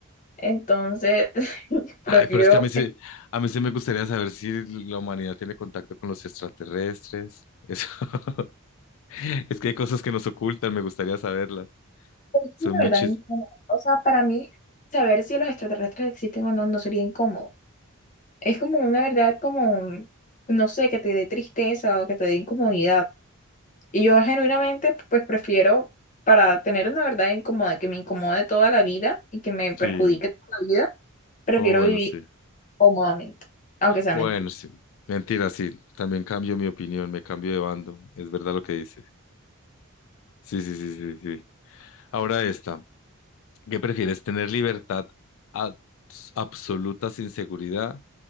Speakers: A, on the left; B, on the left.
A: Entonces, <laughs> prefiero
B: Ay, pero es que a mí sí, a mí sí me gustaría saber si la humanidad tiene contacto con los extraterrestres. Eso. <laughs> Es que hay cosas que nos ocultan, me gustaría saberlas.
A: Es
B: Soy
A: una
B: muy
A: verdad
B: chis.
A: incómoda. O sea, para mí, saber si los extraterrestres existen o no no sería incómodo. Es como una verdad como, no sé, que te dé tristeza o que te dé incomodidad. Y yo genuinamente, pues prefiero, para tener una verdad incómoda que me incomode toda la vida y que me perjudique
B: Sí.
A: toda la vida, prefiero
B: Oh, bueno,
A: vivir
B: sí.
A: cómodamente, aunque sea
B: Bueno,
A: mentira.
B: sí. Mentira, sí. También cambio mi opinión, me cambio de bando. Es verdad lo que dice. Sí, sí, sí, sí, sí. Ahora esta, ¿qué prefieres? ¿Tener libertad abs- absoluta sin seguridad